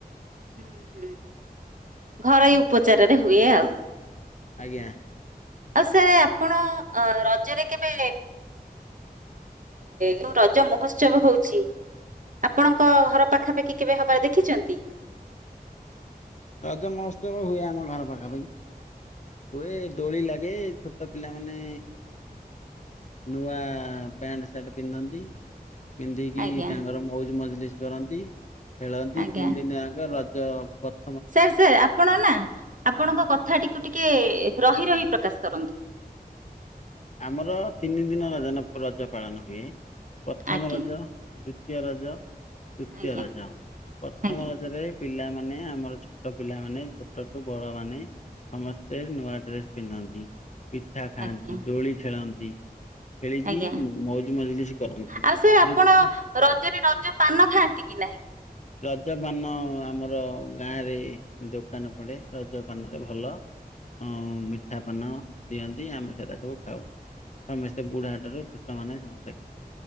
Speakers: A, on the right; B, on the left.
A: ହୁଁ ଘରୋଇ ଉପଚାରରେ ହୁଏ ଆଉ
B: ଆଜ୍ଞା
A: ଆଉ ସାର୍ ଆପଣ ରଜରେ କେବେ ଯୋ ରଜ ମହୋତ୍ସବ ହଉଛି ଆପଣଙ୍କ ଘର ପାଖାପାଖି କେବେ ହବାର ଦେଖିଛନ୍ତି?
B: ରଜ ମହୋତ୍ସବ ହୁଏ ଆମ ଘର ପାଖାପାଖି ହୁଏ ଦୋଳି ଲାଗେ ଛୋଟ ପିଲାମାନେ ନୂଆ ପ୍ୟାଣ୍ଟ ସାର୍ଟ ପିନ୍ଧନ୍ତି ପିନ୍ଧିକି
A: ଆଜ୍ଞା
B: ତାଙ୍କର ମଉଜ ମଜଲିସ କରନ୍ତି ଖେଳନ୍ତି
A: ଆଜ୍ଞା
B: ତିନି ଦିନ ଯାଙ୍କ ର- ତ ପତ
A: ସାର୍ ସାର୍ ଆପଣ ନା ଆପଣଙ୍କ କଥା ଟିକୁ ଟିକେ ରହି ରହି- ପ୍ରକାଶ କରନ୍ତୁ
B: ଆମର ତିନି ଦିନ ର ରଜ ପାଳନ ହୁଏ ପ୍ରଥମ
A: ଆଜ୍ଞା
B: ରଜ ଦ୍ଵି - ଦୀତିୟ ରଜ ତୃତୀୟ
A: ଆଜ୍ଞା
B: ରଜ ପ୍ରଥମ
A: ଆଜ୍ଞା
B: ରଜରେ ପିଲାମାନେ- ଆମର ଛୋଟ ପିଲାମାନୋ ଛୋଟ ଠୁ ବଡ ମାନେ ସମସ୍ତେ ନୂଆ ଡ୍ରେସ ପିନ୍ଧନ୍ତି ପିଠା ଖାଆନ୍ତି
A: ଆଜ୍ଞା
B: ଖେଳନ୍ତି ଖେଳି କି
A: ଆଜ୍ଞା
B: ମୌଜ ମଜଲିସ କରନ୍ତି
A: ଆଉ ସାର୍ ଆପଣ
B: <unintelligible>
A: ରଜରେ ରଜ ପାନ ଖାଆନ୍ତି କି ନାହିଁ
B: ରଜ ପାନ ଆମର ଗାଁରେ ଦୋକାନ ପଡେ ରଜ ପାନରେ ଭଲ ଅ ମିଠା ପାନ ଦିଅନ୍ତି ଆମେ ସେଟା ସବୁ ଖାଉ ସମସ୍ତେ ବୁଢା ଠାରୁ ଛୋଟମାନେ ସମସ୍ତେ ଖାଆନ୍ତି